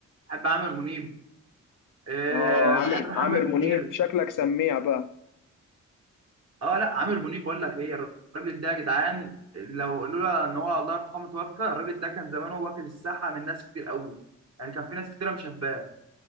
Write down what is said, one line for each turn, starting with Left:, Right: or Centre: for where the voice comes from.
Right: بحب عامر منيب أه
Left: اه عامر
Right: بحب محمد
Left: عامر منيب
Right: منير
Left: شكلك سميع بقى
Right: اه لا عامر منيب بقول لك ايه الراجل ده يا جدعان لو لولا ان هو الله يرحمه توفى الراجل ده كان زمانه واكل الساحه من ناس كتير قوي يعني كان في ناس كتيره مشباه